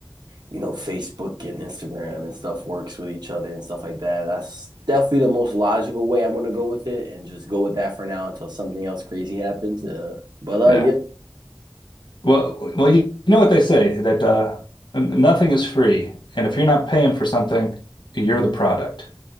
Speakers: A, on the right; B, on the left.
A: you know, Facebook and Instagram and stuff works with each other and stuff like that. That's definitely the most logical way I'm gonna go with it and just go with that for now until something else crazy happens. Uh, but uh,
B: Yeah.
A: yeah,
B: Well, well, you you know what they say that uh, n- nothing is free, and if you're not paying for something, you're the product.